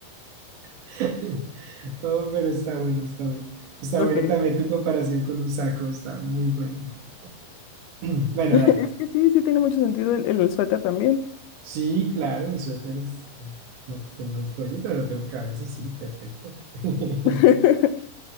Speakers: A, on the right; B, on the left.
A: <laughs> Oh, pero está bueno, está bueno. Está
B: Ok.
A: bueno
B: <laughs>
A: también tu comparación con un saco, está muy bueno. <clears throat> Bueno,
B: Es
A: dale.
B: que sí, sí tiene mucho sentido el, el suéter también.
A: Sí, claro, un suéter es- no tengo cuello, pero no tengo cabeza, sí, perfecto. <laughs>
B: <laughs>